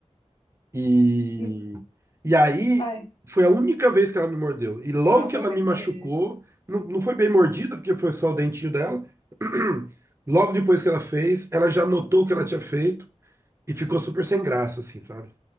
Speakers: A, on the right; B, on the left.
A: E,
B: Em-
A: e aí
B: Ai,
A: foi a única vez que ela me mordeu. E logo
B: ah,
A: que
B: foi
A: ela
B: sem
A: me
B: querer.
A: machucou, não, não foi bem mordida, porque foi só o dentinho dela. <clears throat> Logo depois que ela fez, ela já notou o que ela tinha feito e ficou super sem graça, assim, sabe?